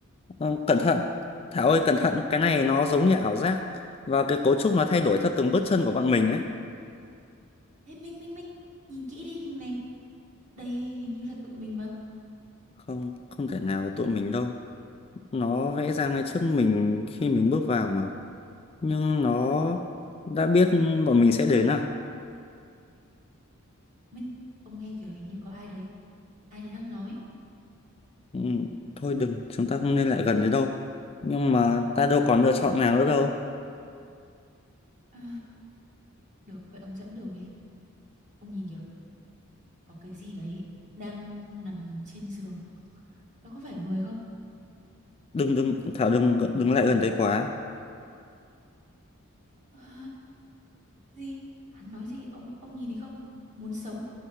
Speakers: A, on the left (about 25°); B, on the right (about 35°).
A: ờ, cẩn thận, Thảo ơi cẩn thận, cái này nó giống như ảo giác. Và cái cấu trúc nó thay đổi theo từng bước chân của bọn mình ấy.
B: Ê Minh Minh Minh, nhìn kỹ đi hình này. Đây hình như là tụi mình mà.
A: Không, không thể nào là tụi mình đâu. nó vẽ ra ngay trước mình khi mình bước vào mà nhưng nó đã biết bọn mình sẽ đến à
B: Minh, ông nghe kiểu hình như có ai đấy, ai đấy đang nói.
A: ừ, thôi đừng chúng ta không nên lại gần đấy đâu nhưng mà ta đâu còn lựa chọn nào nữa đâu
B: À, được, vậy ông dẫn đường đi. Ông nhìn kìa, có cái gì đấy đang nằm trên giường. Đó có phải người không?
A: đừng đừng Thảo đừng đừng lại gần đấy quá
B: Ờ. gì hắn nói gì ông ông nhìn thấy không muốn sống